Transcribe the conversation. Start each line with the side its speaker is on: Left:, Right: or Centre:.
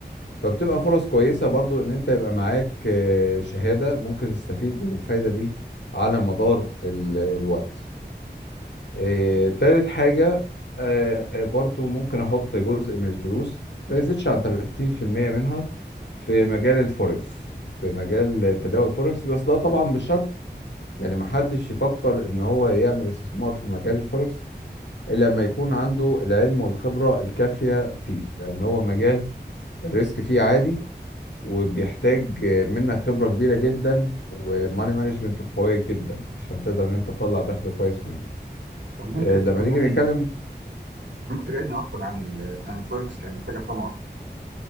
Left: فبتبقى فرص كويسة برضو ان انت يبقى معاك آه، شهادة ممكن تستفيد من الفايدة دي على مدار ال- الوقت آه، تالت حاجة آه، برضو ممكن احط جزء من الفلوس ما يزيدش عن 30% منها في مجال الفوركس في مجال تداول الفوركس بس ده طبعا بشرط يعني محدش يفكر ان هو يعمل استثمار في مجال الفوركس لما يكون عنده العلم والخبرة الكافية فيه لأن هو مجال الريسك فيه عالي وبيحتاج منك خبرة كبيرة جدا وماني مانجمنت قوية جدا عشان تقدر إن أنت تطلع دخل كويس منه
Right: طب ممكن
Left: آه، لما
Right: تكلمني
Left: نيجي نتكلم
Right: ممكن تجاوبني اكتر عن ال عن الفوركس يعني محتاج افهمه اكتر